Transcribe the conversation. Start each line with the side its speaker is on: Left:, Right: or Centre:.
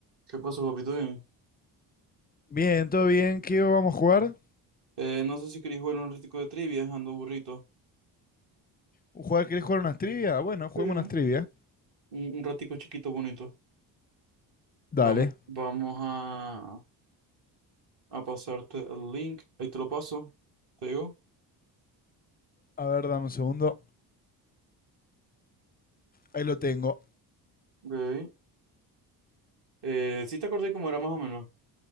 Right: ¿Qué pasó, papito? Dime.
Left: Bien, todo bien. ¿Qué vamos a jugar?
Right: Eh, no sé si queréis jugar un ratico de trivia, ando burrito.
Left: ¿Jugar? ¿Querés jugar unas trivia? Bueno, juguemos
Right: Sí. Un,
Left: unas trivia.
Right: un ratico chiquito, bonito.
Left: Dale.
Right: Vamos, vamos a, a pasarte el link. Ahí te lo paso. ¿Te digo?
Left: A ver, dame un segundo. Ahí lo tengo.
Right: Ok. Eh, sí te acordé cómo era más o menos.